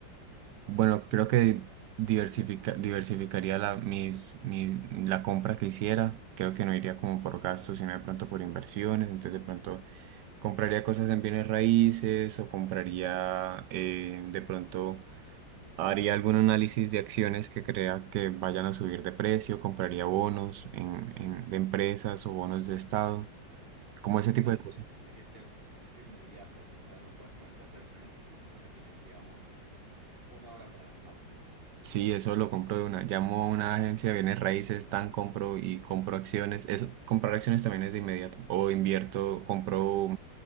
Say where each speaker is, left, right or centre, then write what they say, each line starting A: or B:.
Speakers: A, on the right; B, on the right.
A: bueno, creo que diversifica- diversificaría la, mis, mi- la compra que hiciera, creo que no iría como por gastos, sino de pronto por inversiones, entonces de pronto compraría cosas en bienes raíces o compraría eh, de pronto ¿Haría algún análisis de acciones que crea que vayan a subir de precio? ¿Compraría bonos en, en- de empresas o bonos de estado? Como ese tipo
B: La
A: de
B: cuestión
A: cosas.
B: es que tiene que ser de inmediato. ¿no? O sea, no puedes ponerte a hacer <laughs> análisis, sino que tienes, digamos, una hora para gastarlo.
A: Sí, eso lo compro de una. Llamo a una agencia de bienes raíces, tan compro y compro acciones. Eso, comprar acciones también es de inmediato. O invierto, compro